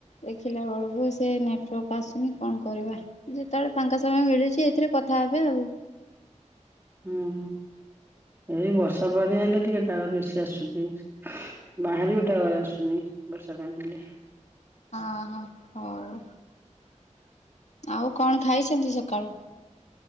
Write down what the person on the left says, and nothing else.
ଦେଖିଲା ବେଳକୁ ସେ ନେଟୱର୍କ ଆସୁନି କଣ କରିବା। ଯେତେ ବେଳେ ଫାଙ୍କା ସମୟ ମିଳୁଛି ଏଇଥିରେ କଥା ହେବେ ଆଉ।
ହଁ ହ ହଉ ଆଉ କଣ ଖାଇଛନ୍ତି ସକାଳୁ?